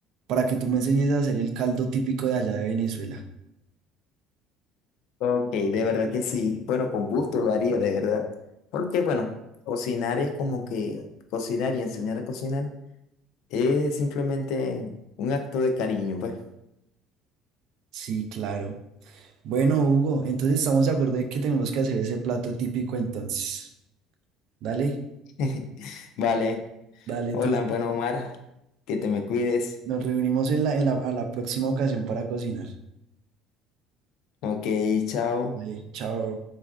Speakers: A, on the right; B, on the left.
A: para que tú me enseñes a hacer el caldo típico de allá de Venezuela.
B: Ok, de verdad que sí. Bueno, con gusto lo haría, de verdad. Porque, bueno, cocinar es como que cocinar y enseñar a cocinar Es simplemente un acto de cariño, pues.
A: Sí, claro. Bueno, Hugo, entonces estamos de acuerdo de que tenemos que hacer ese plato típico entonces. Dale,
B: <laughs> Vale.
A: dale, entonces
B: Hola, bueno, Omar, que te me cuides.
A: nos reunimos en la, en la, a la próxima ocasión para cocinar.
B: Ok, chao.
A: Dale, chao.